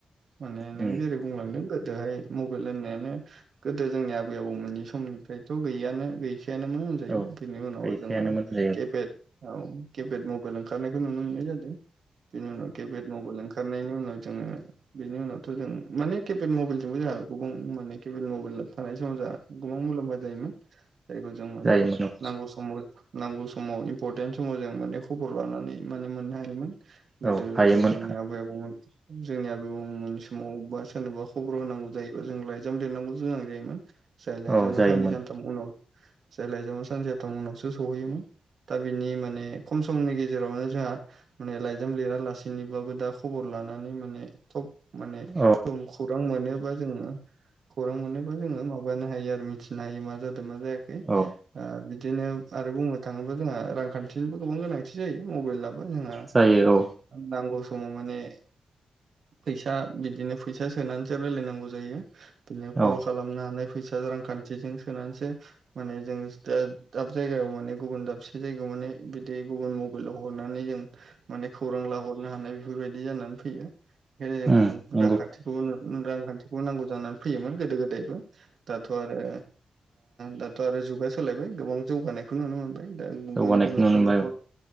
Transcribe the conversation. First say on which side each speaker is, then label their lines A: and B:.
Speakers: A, on the right (about 65°); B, on the right (about 25°).
A: माने नों
B: उम
A: जेरै बुंलांदों गोद। दोहाय मबाइल होननायानो गोदो जोंनि आबै-आबौमोननि समनिफ्रायथ' गैयानो-गै। गैखायामोन होनजायो
B: औ
A: बिनि उनाव
B: गैखायानोमोन
A: जोङो
B: जायो
A: केपेद औ केपेद मब। ओंखारनायखौ नुनो मोननाय जादों बेनि उनाव केपेद मबाइल ओंखारनायनि उनाव। जोङो बिनि उनावथ' जों माने केपेत मबाइलजोंबो जाहा गुबुं माने केपेत मबाइल थानाय समाव। जाहा गोबां मुलाम्फा जायोमोन। जायखौजों माने
B: जायोमोन औ
A: नांगौ समाव नांगौ समाव इमपरतेन समाव जों माने खब। खबर लानानै माने मोननो हायोमोन गोदो-गोदाय
B: औ हायोमोन
A: जोंनि आबै-आबौमोन। जोंनि आबै-आबौमोननि समाव बा सोरनोबा खबर होनांगौ जायोबा जों लाइजाम लिरनांगौ जोनां जायोमोन। जाय लााइजामा
B: औ जायोमोन
A: साननै, सानथाम उनाव जाय लाइजामा सानि साथाम उनावसो। सहैयोमोन दा बिनि माने। खम समनि गेजेरावनो जोंहा माने लाइजाम लिरा लासेनोबाबो दा खबर लानानै माने थब। माने
B: औ
A: खौ-खौरां मोनोबा जोङो। खौरां मोनोबा जोङो माबानो हायो आरो मिथिनो हायो मा जादों। मां जायाखै
B: औ
A: ओ बिदिनो आरो बुंनो थाङोबा जोंहा रांखान्थिनिबो। गोबां गोनांथि जायो मबेलाबो जोंहा
B: जायो औ
A: नांगौ समाव माने फैसा बिदिनो फैसा सोनानैसो रायलायनांगौ जायो। बिदिनो कल
B: औ
A: खालामनो हानाय फैसा रांखान्थिजों सोनानैसो माने जों दा दाब जायगायाव माने गुबुन दाबसे जायगायाव माने बिदि गुबुन मबाइलाव हरनानै जों माने खौरां लाहरनो हानाय बेफोरबायदि जानानै फैयो। बेखायनो जों
B: उम नंगौ
A: रांखान्थिखौ रांखान्थिखौ नांगौ जानानै फैयोमोन गोदो गोदायबो। दाथ' आरो दाथ' आरो जुगा सोलायबाय गोबां जौगानायखौ नुनो मोनबाय दा
B: जौगानायखौ
A: बयनिबो न'खर
B: नुनो मोनबाय
A: न'खर।
B: औ